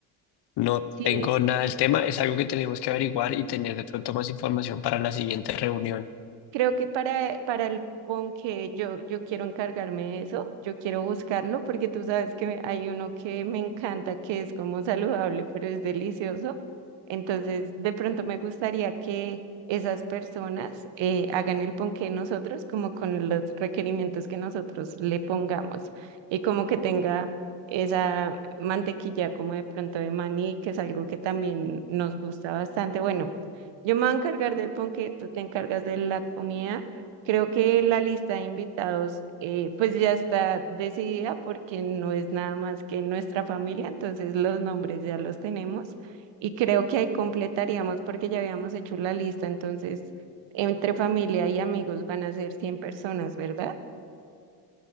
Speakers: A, on the left; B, on the right.
A: no
B: Sí,
A: tengo nada del tema, es algo que tenemos que averiguar y tener de pronto más información para la siguiente reunión.
B: Creo que para, para el ponqué yo, yo quiero encargarme de eso, yo quiero buscarlo porque tú sabes que hay uno que me encanta, que es como saludable, pero es delicioso. Entonces, de pronto me gustaría que esas personas eh, hagan el ponqué nosotros, como con los requerimientos que nosotros le pongamos y como que tenga esa mantequilla como de pronto de maní, que es algo que también nos gusta bastante. Bueno yo me voy a encargar del ponqué, tú te encargas de la comida. Creo que la lista de invitados eh, pues ya está decidida porque no es nada más que nuestra familia, entonces los nombres ya los tenemos y creo que ahí completaríamos porque ya habíamos hecho la lista, entonces entre familia y amigos van a ser 100 personas, ¿verdad?